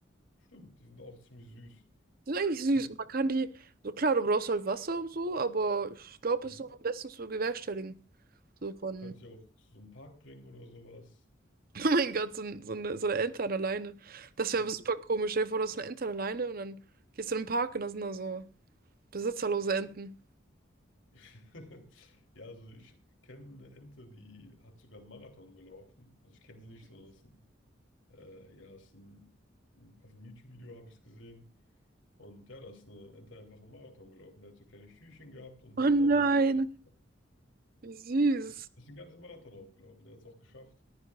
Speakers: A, on the left; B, on the right.
A: stimmt, die sind auch ziemlich süß.
B: Die sind eigentlich süß.
A: Kennst
B: Man kann die, so klar, du brauchst halt Wasser und so, aber ich glaube,
A: Du
B: es ist so am besten zu bewerkstelligen. So von,
A: du kannst sie auch zu so einem Park bringen oder sowas.
B: <laughs> oh mein Gott, so, ein- so, eine, so eine Ente an der Leine. Das
A: Mhm.
B: wäre aber super komisch. Stell dir vor, du hast eine Ente an der Leine und dann gehst du in den Park und da sind da so besitzerlose Enten.
A: <laughs> Ja, also ich kenne eine Ente, die hat sogar einen Marathon gelaufen. Also ich kenne sie nicht, sondern es Äh, ja, ist ein, auf dem YouTube-Video habe ich es gesehen. Und ja, da ist eine Ente einfach einen Marathon gelaufen. Der hat so kleine Schüchchen gehabt und
B: Oh
A: hat
B: nein,
A: auch eine Medaille bekommen.
B: wie süß.
A: Ja, ist den ganzen Marathon auch gelaufen. Der hat es auch geschafft.